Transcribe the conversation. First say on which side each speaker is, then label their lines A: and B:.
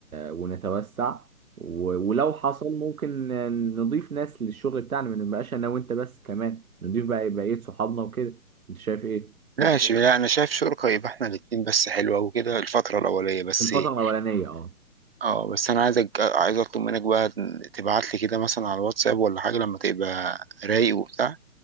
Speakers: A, on the right; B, on the right.
A: ونتوسع و... ولو حصل ممكن نضيف ناس للشغل بتاعنا ما نبقاش أنا وأنت بس كمان نضيف بقى بقية صحابنا وكده أنت شايف إيه؟
B: ماشي لا انا شايف شركة يبقى احنا الاتنين بس حلوة وكده الفترة الاولية بس
A: الفترة
B: إيه،
A: الأولانية أه
B: اه بس انا عايزك عايز اطلب منك بقى تبعت لي كده مثلا على الواتساب ولا حاجة لما تبقى رايق وبتاع